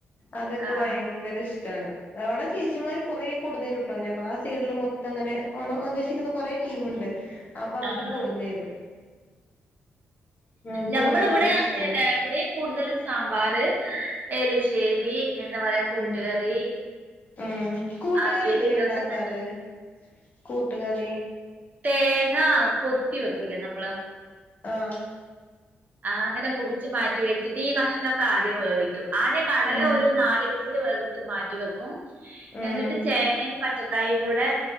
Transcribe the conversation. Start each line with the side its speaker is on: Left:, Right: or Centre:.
Left: അതൊക്കെ
Right: ആഹ്
Left: ഭയങ്കര ഇഷ്ടാണ് അവിടെ ചേച്ചിമാര് കൊറേ കൊടുന്നേരൂട്ടോ ഞങ്ങളാ സൈഡില് മൊത്തം അങ്ങനെ ഓണം ആഘോഷിക്കുന്ന കൊറേ ടീമുണ്ട് അപ്പൊ അവര്
Right: ആഹ്
Left: കൊടുന്നേരും അപ്പൊ
Right: ഞമ്മളു
Left: ഒരുപാട്
Right: ഇവിടെ
Left: ഇഷ്ടാണ്
Right: അങ്ങനയന്നെ ഇവിടെയും കൂടുതലും സാമ്പാറ് എള്ശേരി എന്താ പറയാ കൂട്ടുകറി
Left: ഉം ഉം കൂട്ടുകറി
Right: അവിയല്
Left: എങ്ങനെയാ
Right: ഇതൊക്കെ
Left: ഇണ്ടാക്കാറ്
Right: തന്നെ
Left: കൂട്ടുകറി
Right: തേങ്ങാ കൊത്തി വെക്കൂല്ലേ നമ്മള്
Left: ആഹ്
Right: ആ അങ്ങനെ മുറിച്ച് മാറ്റി വെച്ചിട്ട് ഈ കഷ്ണൊക്ക ആദ്യം വേവിക്കും ആദ്യം കടല
Left: ഉം
Right: ഒരു നാല് വിസ് ത്തില് വേവിച്ച് മാറ്റി വെക്കും
Left: ഉം
Right: എന്നിട്ട് ചേനയും പച്ച ക്കായും കൂടെ